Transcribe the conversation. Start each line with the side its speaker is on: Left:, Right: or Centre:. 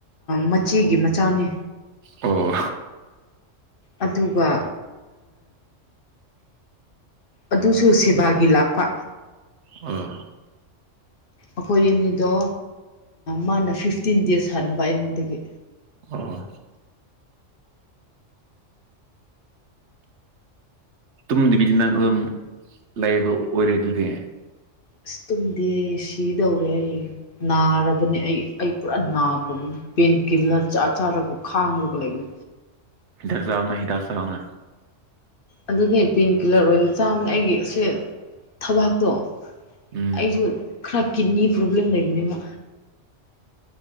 Left: ꯃꯆꯦꯒꯤ ꯃꯆꯥꯅꯤ
Right: ꯑꯣ
Left: ꯑꯗꯨꯒ ꯑꯗꯨꯁꯨ ꯁꯦꯕꯥꯒꯤ ꯂꯥꯛꯄ
Right: ꯑꯣ
Left: ꯑꯩꯈꯣꯏ ꯑꯅꯤꯗꯣ ꯃꯥꯅ ꯐꯤꯐꯇꯤꯟ ꯗꯦꯖ ꯍꯟꯕ ꯑꯩꯉꯣꯟꯗꯒꯤ
Right: ꯑꯣ ꯇꯨꯝꯗꯕꯤꯗꯤ ꯅꯪ ꯑꯗꯨꯝ ꯂꯩꯕ ꯑꯣꯏꯔꯦ ꯑꯗꯨꯗꯤ
Left: ꯑꯁ ꯇꯨꯝꯗꯤ ꯁꯤꯗꯧꯔꯦ ꯑꯩ ꯅꯥꯔꯕꯅꯤ ꯑꯩ ꯑꯩ ꯄꯨꯔꯥ ꯅꯥꯈ꯭ꯔꯕꯅꯤ ꯄꯦꯟ ꯀꯤꯜꯂꯔ ꯆꯥ ꯆꯥꯔꯒ ꯈꯥꯡꯉꯒ ꯂꯩꯕ
Right: ꯍꯤꯗꯥꯛ ꯆꯅ ꯍꯤꯗꯥꯛ ꯆꯧꯅ
Left: ꯑꯗꯨꯅꯦ ꯄꯦꯟꯀꯤꯤꯜꯂꯔ ꯑꯣꯏꯅ ꯆꯥꯕꯅꯦ ꯑꯩꯒꯤ ꯁꯦ ꯊꯕꯥꯛꯇꯣ
Right: ꯎꯝ
Left: ꯑꯩꯁꯨ ꯈꯔ ꯀꯤꯠꯅꯤ ꯄ꯭ꯔꯣꯕ꯭ꯂꯦꯝ ꯂꯩꯅꯦꯕ